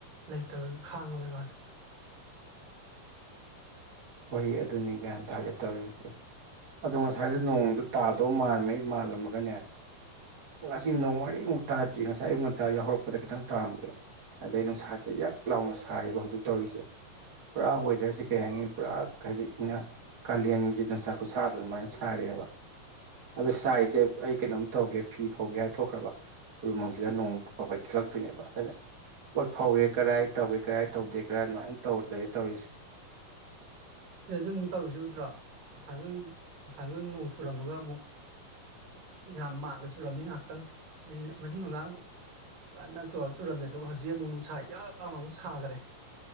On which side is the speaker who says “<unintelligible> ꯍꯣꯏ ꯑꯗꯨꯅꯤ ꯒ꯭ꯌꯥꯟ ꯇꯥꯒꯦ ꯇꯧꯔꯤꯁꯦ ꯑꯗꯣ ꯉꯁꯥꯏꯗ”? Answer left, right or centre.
Right